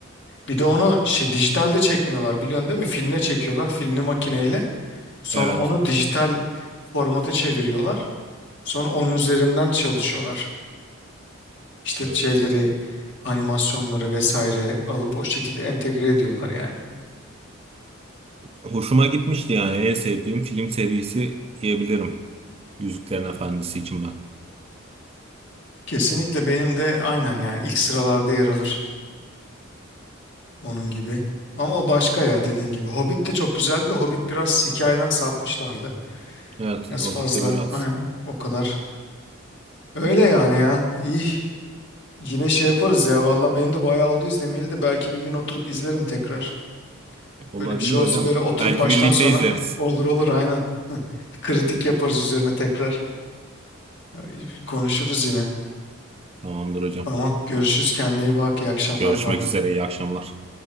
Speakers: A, on the left; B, on the right.
A: Bir de onu şi- dijitalde çekmiyorlar biliyorsun değil mi? Filme çekiyorlar filmli makineyle. Sonra
B: evet,
A: onu dijital formata çeviriyorlar. Sonra onun üzerinden çalışıyorlar. İşte
B: evet.
A: şeyleri, animasyonları vesaire alıp o şekilde entegre ediyorlar yani.
B: Hoşuma gitmişti yani en sevdiğim film serisi diyebilirim. Yüzüklerin Efendisi için ben.
A: Kesinlikle benim de aynen yani ilk sıralarda yer alır onun gibi. Ama o başka ya dediğin gibi. Hobbit de çok güzeldi de Hobbit biraz hikayeden sapmışlardı.
B: Evet,
A: Biraz
B: Hobbit'te
A: fazla
B: biraz
A: aynen, o kadar. Öyle yani ya. İyi Yine şey yaparız ya valla benim de bayağı oldu izlemeyeli de belki bir gün oturup izlerim tekrar.
B: olabilir
A: Öyle bir şey
B: hocam.
A: olsa böyle oturup
B: Belki
A: baştan
B: birlikte
A: sona
B: izleriz.
A: olur olur aynen. <laughs> Kritik yaparız üzerine tekrar. Ay, Konuşuruz yine.
B: Tamamdır hocam.
A: Tamam görüşürüz kendine iyi bak iyi akşamlar
B: Görüşmek
A: bay bay.
B: üzere, iyi akşamlar.